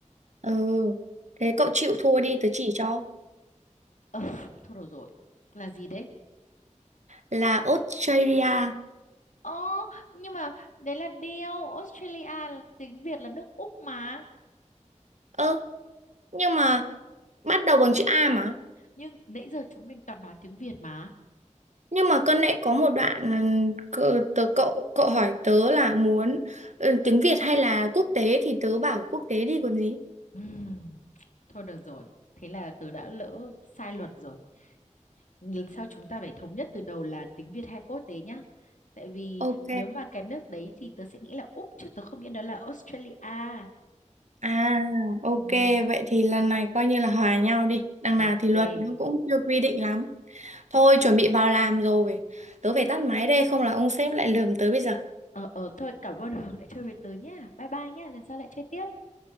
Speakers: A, on the right (about 65°); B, on the left (about 75°).
A: Ừ. Thế cậu chịu thua đi tớ chỉ cho.
B: ờ thôi được rồi là gì đấy
A: Là Australia.
B: Ồ, nhưng mà đấy là điều Australia là- tiếng Việt là nước Úc mà
A: Ơ, nhưng mà bắt đầu bằng chữ A mà.
B: nhưng nãy giờ chúng mình toàn nói tiếng Việt mà
A: Nhưng mà cân nãy có một đoạn ừ, cậu, tớ, cậu cậu hỏi tớ là muốn ừ, tiếng Việt hay là quốc tế thì tớ bảo quốc tế đi còn gì.
B: Ừm, Thôi được rồi. Thế là tớ đã lỡ sai luật rồi. Lần sau chúng ta phải thống nhất từ đầu là tiếng Việt hay quốc tế nhá. Tại vì
A: Ok,
B: nếu mà cái nước đấy thì tớ sẽ nghĩ là Úc chứ tớ không nghĩ đó là Australia.
A: À, ok,
B: Ừm.
A: vậy thì lần này coi như là hòa nhau đi. Đằng
B: Ok.
A: nào thì luật nó cũng chưa quy định lắm. Thôi, chuẩn bị vào làm rồi. Tớ phải tắt máy đây, không là ông sếp lại lườm tớ bây giờ.
B: Ờ ờ thôi cảm ơn Hường đã chơi với tớ nhá. Bye bye nhá. Lần sau lại chơi tiếp.